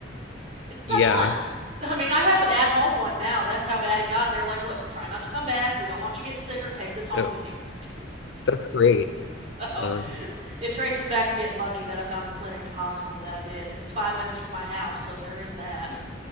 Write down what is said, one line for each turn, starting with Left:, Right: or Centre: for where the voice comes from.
Right: It's
Left: Yeah.
Right: not fun. <laughs> I mean, I have an at home one now. That's how bad it got. They're like, look, try not to come back. We don't want you getting sicker. Take this home
Left: Oh,
Right: with you. <laughs>
Left: that's great.
Right: So
Left: Uh,
Right: it traces back to getting lucky that I found the clinic and hospital that I did. It's five minutes from my house, so there is that. <laughs>